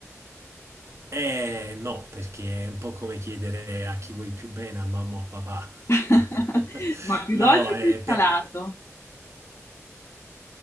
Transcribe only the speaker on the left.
<laughs>
Ma più
dolce
o più
salato?